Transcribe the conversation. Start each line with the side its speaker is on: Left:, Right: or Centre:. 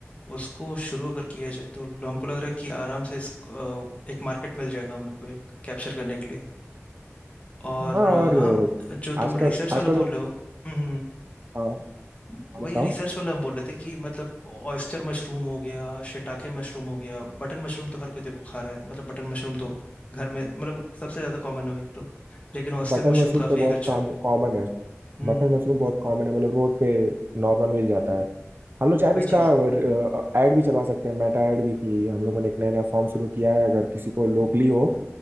Left: उसको शुरू अगर किया जाए तो हमको लग रहा है कि आराम से इस, अ, एक मार्केट मिल जाएगा हम लोग को एक कैप्चर करने के लिए और
Right: हाँ
Left: अ,
Right: और
Left: हाँ
Right: अ,
Left: जो
Right: आजकल
Left: तुम रिसर्च
Right: आजकल
Left: वाला बोल रहे हो हम्म हम्म,
Right: हाँ हाँ,
Left: हम्म, वही
Right: बताओ
Left: रिसर्च वाला हम बोल रहे थे कि मतलब ऑयस्टर मशरूम हो गया शिटाके मशरूम हो गया बटन मशरूम तो हर कोई देखो खा रहा है मतलब बटन मशरूम तो घर में मतलब सबसे ज्यादा कॉमन है वही तो लेकिन ऑयस्टर
Right: बटन
Left: मशरूम
Right: मशरूम
Left: काफी
Right: तो बहुत
Left: एक अच्छा
Right: काम कॉमन है
Left: हम्म
Right: बटर
Left: हम्म
Right: मशरूम
Left: हम्म हम्म,
Right: बहुत कॉमन है मतलब रोड पे नॉर्मल मिल जाता है हम लोग शायद
Left: वही
Right: इसका
Left: चीज
Right: ऐड भी चला सकते हैं मेटा ऐड भी की हम लोगों ने एक नया नया फॉर्म शुरू किया है अगर किसी को लोकली
Left: हम्म
Right: हो